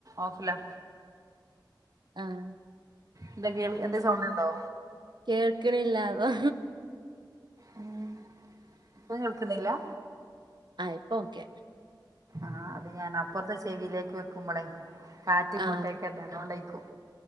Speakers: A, on the right; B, on the right.
A: ഓഫിലാ
B: ആഹ
A: എന്താ കേൾ എന്തേം സൗണ്ട് ഉണ്ടോ
B: കേൾക്ക്‌ണില്ല അതാ
A: ഉം ഇപ്പൊ കേൾക്ക്‌ന്നില്ലാ
B: ആ ഇപ്പൊ ഓക്കെ
A: ആഹ് അത് ഞാൻ അപ്പുറത്തെ ചെവിയിലേക്ക് വെക്കുമ്പളെ കാറ്റ് ഇങ്ങോട്ടക്കല്ലേ
B: ആഹ്
A: അതോണ്ടേയിക്കും